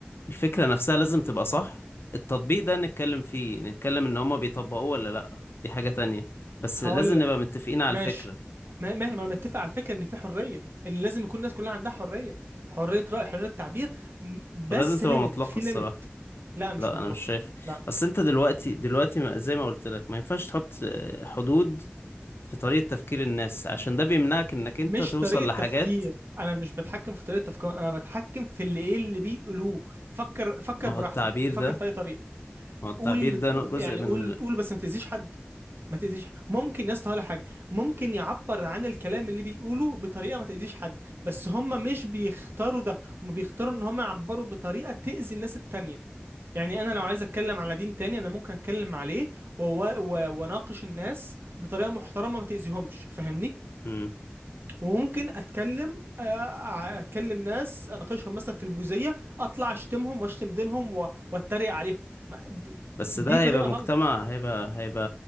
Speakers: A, on the left; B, on the right.
A: الفكرة نفسها لازم تبقى صح التطبيق ده نتكلم فيه نتكلم إن هما بيطبقوه ولا لأ دي حاجة تانية بس
B: هقول
A: لازم
B: لك
A: نبقى متفقين على
B: ماشي
A: الفكرة
B: ما ما ما أنا متفق على الفكرة إن في حرية إن لازم يكون الناس كلها عندها حرية حرية رأي حرية تعبير م- بس
A: ولازم تبقى
B: ليميت
A: مطلقة
B: في
A: الصراحة
B: ليميت لا مش
A: لا
B: مطلقة
A: أنا مش شايف
B: لا
A: أصل أنت دلوقتي دلوقتي ما- زي ما قلت لك ما ينفعش تحط آه، حدود في طريقة تفكير الناس عشان ده بيمنعك إنك
B: مش
A: أنت توصل
B: طريقة
A: لحاجات
B: تفكير انا مش بتحكم في طريقة تفكير انا بتحكم في اللي ايه اللي بيقولوه فكر فكر
A: ما هو
B: براحتك
A: التعبير
B: فكر
A: ده
B: في اي طريقة
A: ما هو التعبير
B: قول اللي
A: ده
B: تقول
A: جزء
B: يعني
A: من
B: قول اللي تقوله بس ما تأذيش حد ما تأذيش حد. ممكن يا اسطى ولا حاجة ممكن يعبر عن الكلام اللي بيقوله بطريقة ما تأذيش حد بس هم مش بيختاروا ده هم بيختاروا ان هم يعبروا بطريقة تأذي الناس التانية يعني انا لو عايز اتكلم على دين تاني انا ممكن اتكلم عليه و- و- واناقش الناس بطريقة محترمة ما تأذيهمش فاهمني
A: ال...
B: وممكن اتكلم آه، آه، اتكلم ناس اناقشهم مثلا في البوذيه اطلع اشتمهم واشتم دينهم و- واتريق عليهم ما دي,
A: بس
B: دي
A: ده
B: طريقه
A: هيبقى مجتمع
B: غلط
A: هيبقى هيبقى